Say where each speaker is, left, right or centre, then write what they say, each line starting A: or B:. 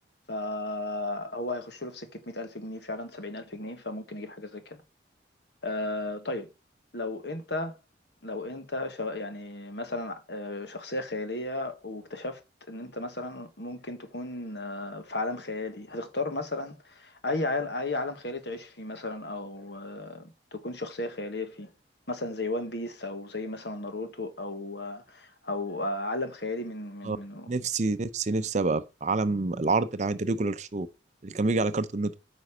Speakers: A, on the left; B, on the right.
A: فهو هيخش له في سكه 100000 جنيه فعلا 70000 جنيه فممكن اجيب حاجه زي كده آه طيب لو انت لو انت ش- يعني مثلا آه، شخصية خيالية واكتشفت ان انت مثلا ممكن تكون آه، في عالم خيالي هتختار مثلا اي عالم اي عالم خيالي تعيش فيه مثلا او آه، تكون شخصية خيالية فيه مثلا زي وان بيس او زي مثلا ناروتو او آه، او آه، عالم خيالي من من
B: آه،
A: من
B: نفسي نفسي نفسي ابقى في عالم العرض اللي عند ريجولار شو اللي كان بيجي على كارتون نتورك